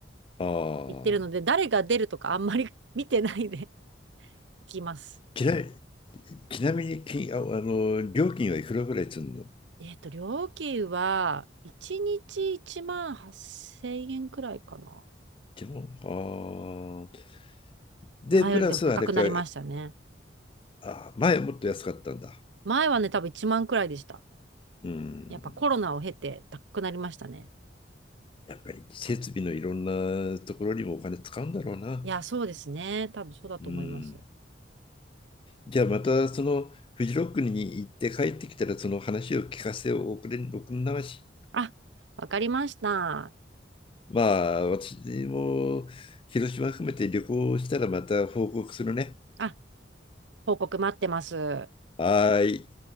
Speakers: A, on the left; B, on the right.
A: あ
B: 行ってるので、誰が出るとかあんまり <laughs> 見てないで <laughs> 行きます。
A: ちなちなみにきああの料金はいくらぐらいするの
B: えっと、料金は1日1万8000円くらいかな。
A: でもあーで、
B: 前よりでも高くなりましたね。
A: プラスあれか、あ前もっと安かったんだ。
B: 前はね、多分1万くらいでした。
A: うん、
B: やっぱコロナを経て高くなりましたね。
A: やっぱり設備のいろんなところにもお金使うんだろうな。
B: いや、そうですね。多分そうだと思います。
A: うんじゃあまたそのフジロックに行って帰ってきたらその話を聞かせておくれ、おくんまし。
B: あ、わかりました。
A: まあ私も広島含めて旅行したらまた報告するね。
B: あ、報告待ってます。
A: はーい。